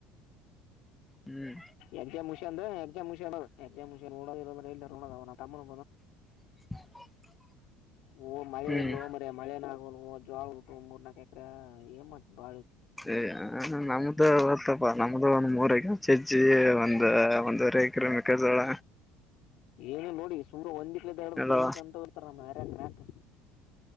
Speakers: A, in the centre; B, on the left.
A: ಹ್ಮ್
B: ಎರ್ಚಾ ಮುಷಿಯ ಅ್ರ ಎಾ ಮುಷ ಮು ತಮ್ಮ
A: <inaudible>
B: ಹೂ ಮಳೆ
A: ಹ್ಮ್
B: ಹೋ ಮ್ರ ಮಳೆನವು ಜೋಳ ಬಿಟ್ಟು ಮೂರ್ ನಾಕಕ್ ಎಕ್ರ ಏ ಮಾಡ್ತತಿ ಬಾಳ
A: ಹ ಹ ನಮ್ದು ಇತ್ತಪ್ಪ ನಮ್ದು ಒಂದ್ ಮೂರು ಎಕರೆ ಚಜ್ಜಿ ಒಂದು ಒಂದವರೆ ಎಕರೆ ಮೆಕ್ಕಜೋಳ
B: ಏನು ನೋಡಿ ಸು ಒಂದಿಕ್ಲ ಎರಡು
A: ಎಲ್ಲವ
B: ಕುರಿಮೆಷಿ ಅಂತ ಇರ್ತಾರ ನಮ್ಮ ಯಾರ್ಯ ಮ್ಯಾಕ್